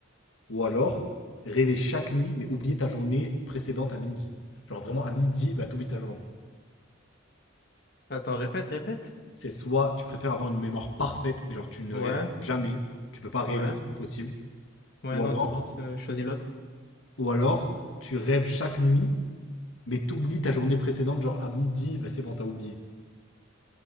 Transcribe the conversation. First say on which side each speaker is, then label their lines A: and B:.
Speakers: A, on the left; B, on the left.
A: ou alors rêver chaque nuit, mais oublier ta journée précédente à midi? Genre vraiment à midi, bah t'oublies ta journée.
B: Attends, répète, répète.
A: C'est soit tu préfères avoir une mémoire parfaite, mais genre tu ne
B: Ouais,
A: rêves jamais, tu peux pas rêver,
B: ouais,
A: c'est impossible,
B: ouais,
A: ou
B: non,
A: alors
B: c'est bon, c'est- euh, choisis l'autre.
A: Ou alors, tu rêves chaque nuit, mais t'oublies ta journée précédente, genre à midi, bah c'est bon, t'as oublié.